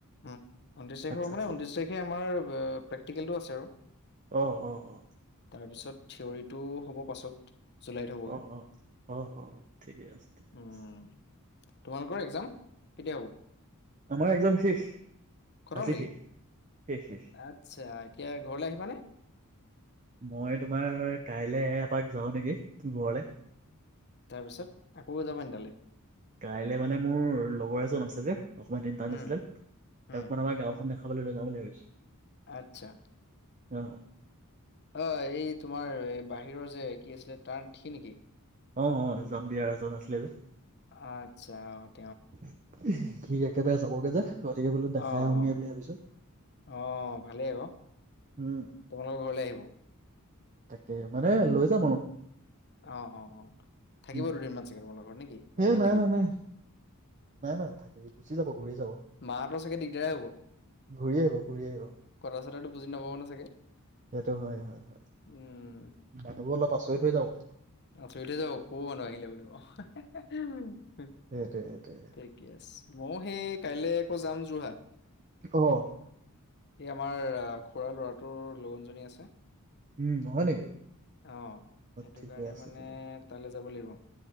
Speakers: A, on the left (about 50°); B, on the right (about 35°).
A: উম ঊনত্ৰিশ তাৰিখৰ
B: আচ্ছা
A: মানে
B: আচ্ছা
A: ঊনত্ৰিশ তাৰিখে আমাৰ প্ৰেকট্ৰিকেলটো আছে আৰু।
B: আহ, অ' অ'।
A: তাৰপিছত থিয়ৰীটো হ'ব পাছত জুলাইত হ'বগৈ!
B: অ অ অ অ ঠিকে আছে ঠিকে
A: উম।
B: আছে
A: তোমালোকৰ একজাম কেতিয়া হ'ব?
B: আমাৰ একজাম শেষ
A: খতম
B: আজি
A: নেকি
B: শেষ। শেষ শেষ
A: আচ্ছা এতিয়া ঘৰলে আহিবানে?
B: মই তোমাৰ কাইলৈ এপাক যাও নেকি ঘৰলে।
A: তাৰ পিছত আকৌ যাব নি তালে?
B: কাইলে মানে মোৰ লগৰ এজন আছে যে অকমান ইন্টাৰনেচনেল
A: উম,
B: তেওঁক
A: উম,
B: মানে আমাৰ গাওঁখন দেখা দেখাবলৈ লৈ যাওঁ বুলি ভাবিছো।
A: আচ্ছা।
B: অ'।
A: অ', এই তোমাৰ বাহিৰৰ যে কি আছিলে তাৰ থ্ৰি নেকি?
B: অ', অ' <unintelligible> এজন আছিলে যে।
A: আত্ছা।
B: সি একেবাৰে যাবগে যে গতিকে বোলো দেখাই
A: অ
B: আহোগে
A: অ
B: বুলি ভাবিছো।
A: অ', ভালেই আক',
B: উম
A: তোমালোকৰ ঘৰলে আহিব?
B: তাকে মানে লৈ যাম আৰু।
A: অ', অ', অ' থাকিব
B: উম
A: দুদিনমান চাগে তোমাৰ লগ ঘৰত নেকি
B: এই
A: এদিন
B: নাই
A: থাকিব!
B: নাই নাই নাই নাই থাকি গুচি যাব ঘূৰি যাব
A: মাহতৰ চাগে দিগদাৰে হ'ব।
B: ঘূৰি আহিব ঘূৰি আহিব
A: কথা চথাটো বুজি নাপাব ন চাগে।
B: সেইটো হয় হয় হয়
A: উম।
B: মানুহবোৰ অলপ আচৰিত হৈ যাব।
A: আছৰিত হৈ যাব ক'ৰ পা মানুহ আহিলে বুলি ক'ব।
B: সেইটোৱে সেইটোৱে
A: থিকে আছে মই সেই কাইলৈ আকৌ যাম যোৰহাট।
B: আহ।
A: এই আমাৰ খুৰা ল'ৰাটোৰ লগোন জুৰনী আছে।
B: উম, হয় নেকি?
A: অ', সেইটো
B: ঠিকে
A: কাৰণে
B: আছে
A: মানে
B: ঠিকে আছে
A: তালৈ যাব লাগিব।